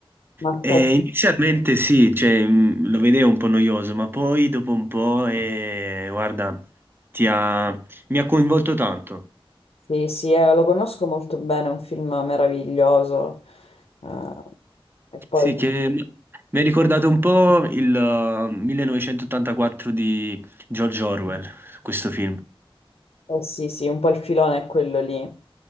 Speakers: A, on the left; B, on the right.
A: Ma
B: E
A: stai...
B: inizialmente sì, cioè, mh, lo vedevo un po' noioso, ma poi dopo un po', eh, guarda, ti ha- mi ha coinvolto tanto.
A: Sì, sì, eh, lo conosco molto bene, è un film meraviglioso. Eh, e poi,
B: Sì, che mi ha ricordato un po' il uh, 1984 di George Orwell, questo film.
A: eh, sì, sì, un po' il filone è quello lì.